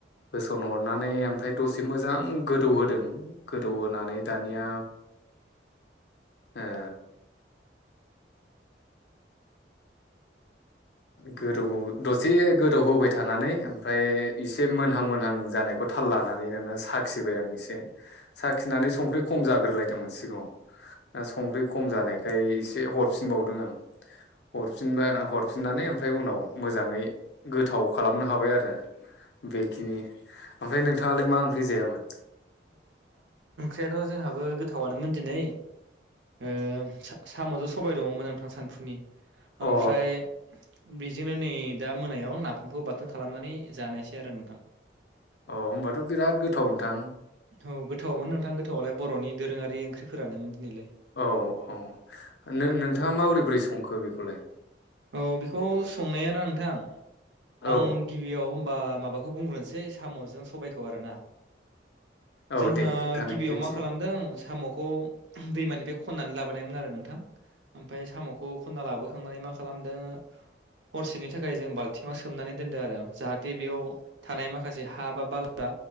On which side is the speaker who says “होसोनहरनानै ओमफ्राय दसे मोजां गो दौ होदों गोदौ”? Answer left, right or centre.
Left